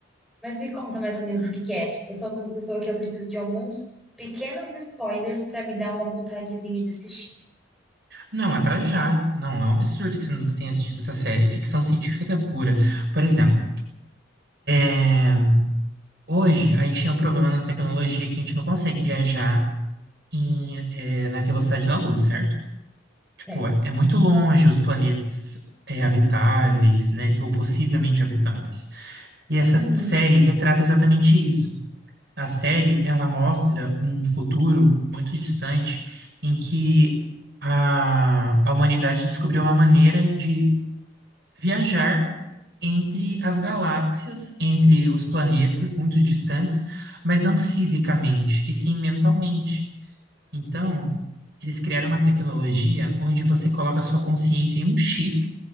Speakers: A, in the centre; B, on the right.
A: mas me conta mais ou menos o que que é. Eu sou uma pessoa que eu preciso de alguns pequenos spoilers para me dar uma vontadezinha de assistir.
B: Não, é pra já. Não, é um absurdo que você nunca tenha assistido essa série. Ficção científica até pura. Por exemplo, é, hoje a gente tem um problema na tecnologia que a gente não consegue viajar em, eh, na velocidade da luz, certo? Tipo,
A: Certo.
B: é, é muito longe os planetas eh, habitáveis, né? que- Ou possivelmente habitáveis. E essa
A: Uhum.
B: série retrata exatamente isso. A série, ela mostra um futuro muito distante em que a, a humanidade descobriu uma maneira de viajar entre as galáxias, entre os planetas muito distantes, mas não fisicamente, e sim mentalmente. Então, eles criaram uma tecnologia onde você coloca a sua consciência em um chip,